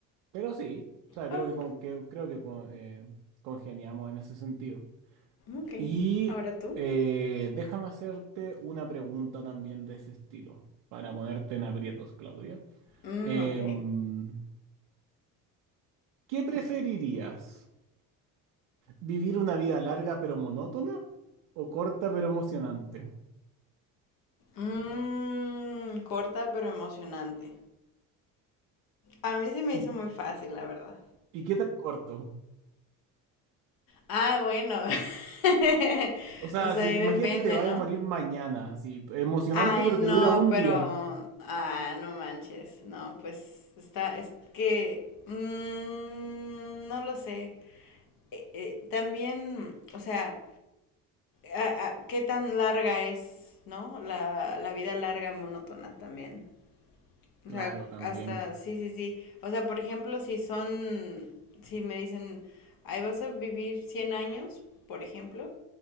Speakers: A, on the right; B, on the left.
A: pero sí, o sea,
B: Oh,
A: creo que, con- que- creo que con- eh, congeniamos en ese sentido.
B: ok.
A: Y
B: Ahora tú.
A: eh, déjame hacerte una pregunta también de ese estilo, para ponerte en aprietos, Claudia.
B: Mm,
A: Em,
B: ok.
A: ¿qué preferirías? ¿Vivir una vida larga pero monótona o corta pero emocionante?
B: Mmm, corta pero emocionante. A mí se me
A: ¿Y,
B: hizo muy fácil, la verdad.
A: y qué tan corto?
B: Ah, bueno. <laughs>
A: O sea,
B: O sea,
A: si,
B: ahí
A: imagínate
B: depende,
A: te va
B: ¿no?
A: a morir mañana, así, emocionante
B: Ay,
A: pero
B: no,
A: te dura un
B: pero...
A: día.
B: Ah, no manches. No, pues está... Es que... mm, no lo sé. Eh, eh, también, o sea, a- a- ¿qué tan larga es, ¿no? La, la vida larga monótona también. O
A: Claro,
B: sea,
A: también.
B: hasta, sí, sí, sí. O sea, por ejemplo, si son, si me dicen, ahí vas a vivir 100 años, por ejemplo,